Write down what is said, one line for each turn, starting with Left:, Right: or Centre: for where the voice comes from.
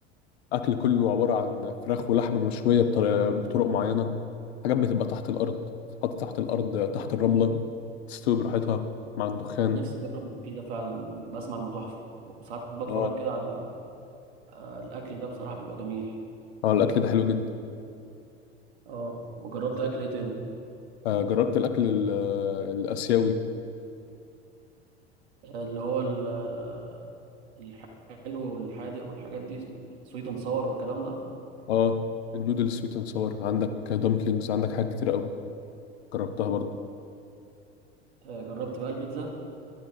Left: اكل كله
Right: مم.
Left: عباره عن فراخ ولحمه مشويه بطر- بطرق معينه حاجات بتبقى تحت الارض تتحط تحت الارض تحت الرمله تستوي براحتها مع الدخان
Right: نفسي اجرب الاكل ده فعلا بسمع انه تحفه وساعات بتفرج
Left: اه
Right: كده على آه، الاكل ده بصراحه بيبقى جميل
Left: اه الاكل ده حلو جدا
Right: اه وجربت اكل ايه تاني
Left: آه جربت الاكل ال- آه، الاسيوي
Right: آه، اللي هو ال- آه، الحلو والحادق والحاجات دي سويت اند ساور والكلام ده
Left: اه النودل سويت اند ساور عندك دمبلينجز عندك حاجات كتير قوي جربتها برضو
Right: آه، جربت بقى البيتزا